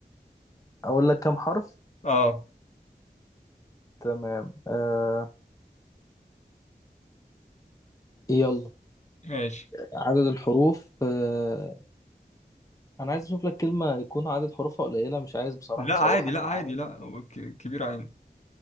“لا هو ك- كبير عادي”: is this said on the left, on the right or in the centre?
Left